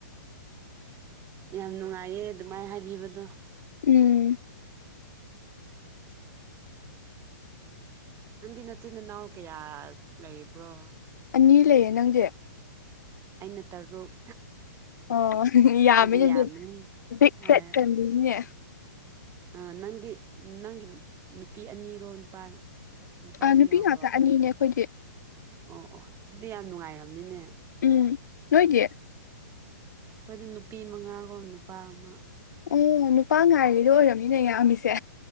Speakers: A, on the right; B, on the left.
A: ꯌꯥꯝ ꯅꯨꯡꯉꯥꯏꯌꯦ ꯑꯗꯨꯃꯥꯏꯅ ꯍꯥꯏꯕꯤꯕꯗꯣ
B: ꯎꯝ
A: ꯅꯪꯗꯤ ꯅꯆꯤꯟꯅꯥꯎ ꯀꯌꯥ ꯂꯩꯕ꯭ꯔꯣ
B: ꯑꯅꯤ ꯂꯩꯌꯦ ꯅꯪꯁꯦ
A: ꯑꯩꯅ ꯇꯔꯨꯛ
B: ꯑꯣ ꯌꯥꯝꯃꯤꯅꯦꯗꯤ
A: ꯑꯩꯗꯤ ꯌꯥꯝꯃꯦ
B: ꯛ
A: ꯍꯣꯏ
B: ꯆꯠ ꯆꯟꯕꯤꯅꯤꯅꯦ
A: ꯑ ꯅꯪꯒꯤ ꯅꯪꯒꯤ ꯅꯨꯄꯤ ꯑꯅꯤꯔꯣ ꯅꯨꯄꯥ ꯅꯨꯄꯥꯁꯨ
B: ꯑ ꯅꯨꯄꯤ
A: ꯌꯥꯎꯕ꯭ꯔꯣ
B: ꯉꯥꯛꯇ ꯑꯅꯤꯅꯦ ꯑꯩꯈꯣꯏꯗꯤ
A: ꯑꯣ ꯑꯣ ꯑꯗꯨꯗꯤ ꯌꯥꯝ ꯅꯨꯡꯉꯥꯏꯔꯕꯅꯤꯅꯦ
B: ꯎꯝ ꯅꯣꯏꯗꯤ
A: ꯑꯩꯣꯏꯗꯤ ꯅꯨꯄꯤ ꯃꯉꯥꯒꯨꯝ ꯅꯨꯄꯥ ꯑꯃ
B: ꯑꯣ ꯅꯨꯄꯥ ꯉꯥꯏꯔꯤꯗꯣ ꯑꯣꯏꯔꯝꯅꯤꯅ ꯌꯥꯝꯃꯤꯁꯦ